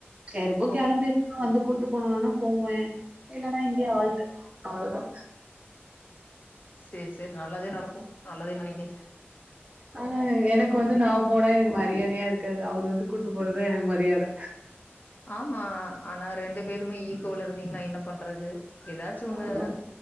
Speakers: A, on the right; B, on the left.
A: எதுக்கு
B: ஓ
A: கெளம்பிரோ வந்து கூட் ட்டு போனார்னா போவே இல்லன்னா இங்கே ஆல்டு அவ்வளதா
B: செர் செர் நல்லதே நடக் க்கு நல்லதே நெனைங்க
A: ஆஹ் எனக்கு வந்து நா போனா எனக்கு மரியாதையா இருக் காது அவர் வந்து கூட்டு போனதா எனக்கு மரியாத
B: ஆமா ஆனா ரெண்டு பேறும இக் தோழர் நீங்கன்னா என்ன பண்றது ஏதாச்சு ஒண்ணு
A: ஆமா